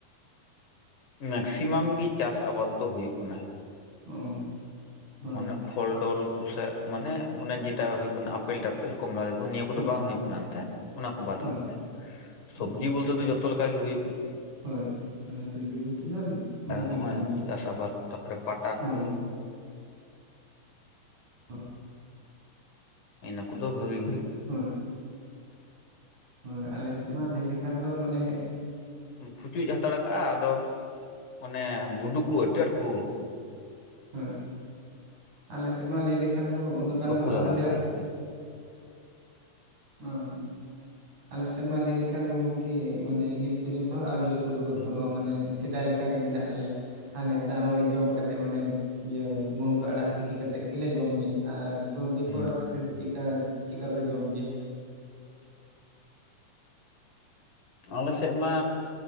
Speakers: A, on the left; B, on the right.
A: ᱢᱮᱠᱥᱤᱢᱟᱢ ᱜᱮ ᱪᱟᱥ ᱟᱵᱟᱫ ᱫᱚ ᱦᱩᱭᱩᱜ ᱠᱟᱱᱟ
B: ᱚ ᱦᱳᱭ
A: ᱢᱚᱱᱮ ᱯᱷᱚᱞ ᱰᱚᱞ ᱠᱚᱥᱮ ᱢᱟᱱᱮ ᱚᱱᱮ ᱡᱮᱴᱟ ᱦᱩᱭᱩᱜ ᱠᱟᱱᱟ ᱟᱯᱮᱞ ᱴᱟᱯᱮᱞ ᱟᱯᱮᱞ ᱠᱚᱢᱞᱟ ᱞᱮᱵᱩ ᱱᱤᱭᱟᱹ ᱠᱚᱫᱚ
B: ᱦᱳᱭ
A: ᱵᱟᱝ ᱦᱩᱭᱩᱜ ᱠᱟᱱᱟ ᱮᱱᱛᱮ ᱚᱱᱟ ᱠᱚ ᱵᱟᱫ
B: ᱦᱳᱭ
A: ᱠᱟᱛᱮᱫ ᱥᱚᱵᱽᱡᱤ
B: ᱚ
A: ᱵᱚᱞᱛᱮ ᱫᱚ ᱡᱚ ᱡᱚᱛᱚ ᱞᱮᱠᱟ ᱜᱮ ᱦᱩᱭᱩᱜ ᱠᱟᱱᱟ
B: ᱦᱳᱭ ᱢᱟᱱᱮ ᱥᱚᱵᱽᱡᱤ ᱵᱚᱞᱛᱮ ᱫᱚ ᱢᱟᱱᱮ
A: ᱱᱚᱜᱼᱚᱭ
B: ᱦᱩᱭᱩᱜ ᱠᱟᱱ ᱜᱮᱭᱟ
A: ᱪᱟᱥ ᱟᱵᱟᱫ ᱛᱟᱨᱯᱚᱨᱮ ᱯᱟᱴᱟ
B: ᱦᱳᱭ
A: ᱠᱚ
B: ᱛ <inaudible>
A: ᱤᱱᱟᱹ ᱠᱚᱫᱚ ᱵᱷᱟᱹᱜᱤ ᱜᱮ ᱦᱩᱭᱩᱜ
B: ᱦᱳᱭ ᱦᱳᱭ ᱟᱞᱮ ᱥᱮᱫ ᱢᱟ ᱞᱟᱹᱭ ᱞᱮᱠᱷᱟᱱ ᱫᱚ ᱢᱟᱱᱮ
A: ᱯᱷᱩᱪᱩᱡ ᱦᱟᱛᱟᱲ ᱠᱟᱜᱼᱟ ᱟᱫᱚ ᱚᱱᱮ ᱜᱩᱰᱩ ᱠᱚ ᱟᱹᱰᱤ ᱟᱸᱴ ᱠᱚ
B: ᱦᱳᱭ ᱟᱞᱮᱥᱮᱫ ᱢᱟ ᱞᱟᱹᱭ ᱞᱮᱠᱷᱟᱱ ᱫᱚ ᱩᱱᱟᱹᱜ ᱜᱟᱱ
A: ᱵᱟᱠᱚ
B: ᱦᱚᱸ
A: ᱞᱟᱜᱟᱣᱫᱟ
B: ᱟᱹᱣᱨᱤ ᱞᱮ
A: ᱟᱨᱠᱤ
B: ᱦᱩᱸ ᱟᱞᱮᱥᱮᱫ ᱢᱟ ᱞᱟᱹᱭ ᱞᱮᱠᱷᱟᱱ ᱫᱚ ᱜᱚᱝᱠᱮ ᱢᱟᱱᱮ ᱱᱤᱛ ᱯᱚᱨᱡᱚᱱᱛᱚ ᱟᱹᱣᱨᱤ ᱞᱮ ᱯᱚᱨᱤᱵᱚᱨᱛᱚᱱᱚᱜᱼᱟ
A: ᱦᱩᱸ
B: ᱢᱟᱱᱮ ᱥᱮᱫᱟᱭ ᱞᱮᱠᱟᱜᱮ ᱢᱮᱱᱟᱜ ᱞᱮᱭᱟ ᱦᱟᱱᱮ ᱫᱟᱜ ᱢᱟᱹᱲᱤ ᱡᱚᱢ ᱠᱟᱛᱮᱫ ᱢᱟᱱᱮ ᱤᱭᱟᱹ ᱢᱩᱱᱜᱟᱹ ᱟᱲᱟᱜ ᱛᱤᱠᱤ ᱠᱟᱛᱮᱫ ᱜᱮᱞᱮ ᱡᱚᱢ ᱮᱫ ᱟᱨ ᱛᱚ ᱫᱤᱭᱮᱯᱚᱨ
A: ᱦᱩᱸ
B: ᱟᱯᱮ ᱥᱮᱫ ᱫᱚ ᱪᱮᱠᱟ ᱪᱮᱠᱟ ᱯᱮ ᱡᱚᱢ ᱜᱮᱭᱟ
A: ᱟᱞᱮᱥᱮᱫ ᱢᱟ